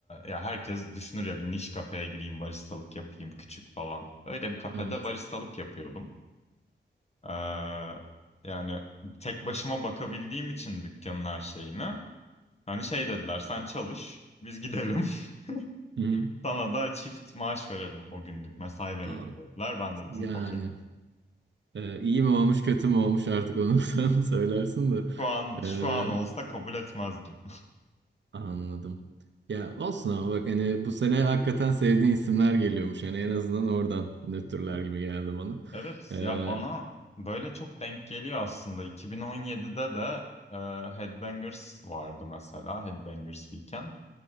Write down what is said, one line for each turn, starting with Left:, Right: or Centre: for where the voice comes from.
Left: ya herkes düşünür ya bir niş kafeye gireyim baristalık yapayım küçük falan. Öyle bir kafede
Right: evet.
Left: baristalık yapıyordum. E, yani tek başıma bakabildiğim için dükkanın her şeyine. Hani şey dediler sen çalış biz gidelim.
Right: Hı hı.
Left: <laughs> Sana da çift maaş verelim o günlük mesai verelim
Right: Aa,
Left: dediler. Ben de dedim
Right: yani.
Left: okey.
Right: Ee, iyi mi olmuş kötü mü olmuş artık onu <laughs> sen söylersin de.
Left: Şu an
Right: Ee,
Left: şu an olsa kabul etmezdim.
Right: anladım. Ya olsun ama bak hani bu sene hakikaten sevdiğin isimler geliyormuş. Hani en azından oradan nötrler gibi geldi bana.
Left: Evet
Right: Ee, hı
Left: ya bana böyle çok denk geliyor aslında. 2017'de de e, Headbangers vardı mesela. Headbangers Weekend.